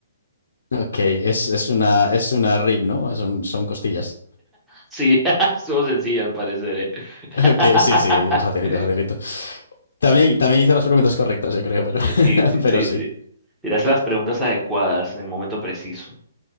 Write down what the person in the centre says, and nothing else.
Sí, <laughs> estuvo sencilla al parecer, ¿eh? <laughs>
Eh,
Sí, le,
le- le las preguntas adecuadas en el momento preciso.